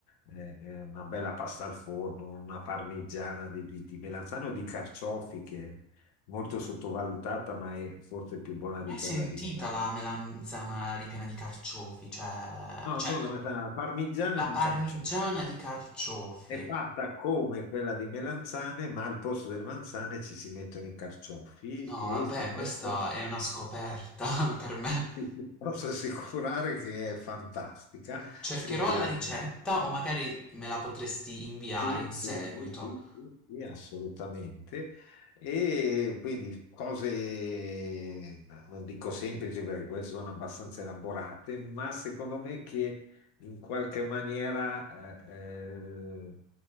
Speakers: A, on the left (about 65°); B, in the centre.
A: eh, eh, una bella pasta al forno, una parmigiana di, di, di melanzane o di carciofi che è molto sottovalutata, ma è forse più buona di
B: Hai
A: quella
B: sentita
A: di melanzane.
B: la melanzana ripiena di carciofi? Cioè,
A: No,
B: cioè,
A: non la melanzana, la parmigiana
B: la
A: di
B: parmigiana
A: carciofi.
B: di carciofi.
A: È fatta come quella di melanzane, ma al posto delle manzane ci si mettono i carciofi
B: No,
A: e
B: vabbè,
A: ti posso,
B: questa è una scoperta <laughs> per me.
A: ti posso assicurare che è fantastica,
B: Cercherò
A: se piace.
B: la ricetta o magari me la potresti inviare
A: Sì,
B: in seguito.
A: sì, sì, sì, sì, sì, assolutamente. E quindi cose, non dico semplici perché queste sono abbastanza elaborate, ma secondo me che in qualche maniera... eh, eh,